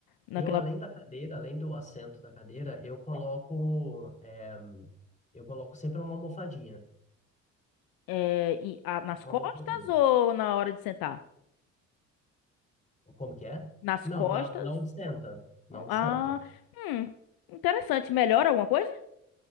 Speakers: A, on the left (about 70°); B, on the left (about 20°).
A: Naquela,
B: Eu, além da cadeira, além do assento da cadeira, eu coloco, é, eu coloco sempre uma almofadinha,
A: eh, e- a- nas
B: uma
A: costas
B: almofadinha.
A: ou na hora de sentar?
B: Como que é?
A: Nas
B: Não,
A: costas?
B: na, na onde senta, na onde
A: Ah,
B: senta.
A: hum, interessante. Melhora alguma coisa?